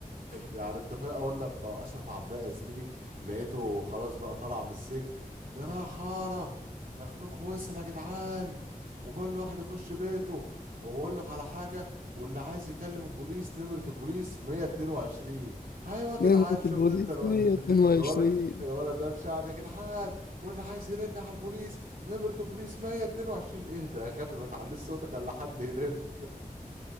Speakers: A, on the right; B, on the left.
A: يعني انت فاهم اول لما اشرف عباقي يا زميلي لقيته خلاص بقى طالع من السجن جراح حاره نخنوخ وسر يا جدعان وكل واحد يخش بيته وبقول لك على حاجه واللي عايز يكلم البوليس نمره البوليس 122 ايوه
B: <laughs>
A: يا جدعان
B: نمرة
A: شفت
B: البوليس
A: انت الو-
B: 122
A: <laughs> الولد الولد ده مشاعر يا جدعان واللي عايز يرن على البوليس نمرة البوليس 122 ايه ده يا غبي ما تعليش صوتك الا حد يرن